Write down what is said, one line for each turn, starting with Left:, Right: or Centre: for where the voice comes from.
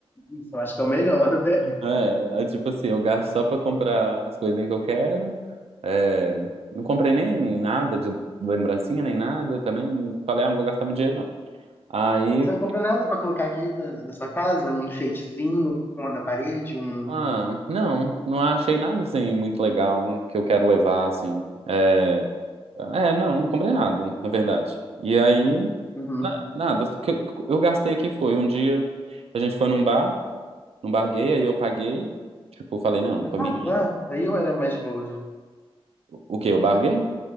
Left: Isso, eu acho que é o melhor, né?
Right: É, é tipo assim, eu gasto só pra comprar as coisinhas que eu quero. É, não comprei nem nada de lembrancinha, nem nada. Também falei, ah, não vou gastar meu dinheiro, não. Aí,
Left: Você não comprou nada pra colocar aqui na, na sua casa? Um enfeitezinho, uma na parede, um.
Right: ah, não, não achei nada, assim, muito legal que eu quero levar, assim. É, é, não, não comprei nada, na verdade. E aí,
Left: Uhum.
Right: nada. O que eu eu gastei aqui foi um dia, a gente foi num bar. Não barguei, aí eu paguei. Tipo, falei, não,
Left: Ah,
Right: pra
Left: Claro,
Right: minha irmã.
Left: lá. Aí eu era mais de boa.
Right: O quê? Eu barguei?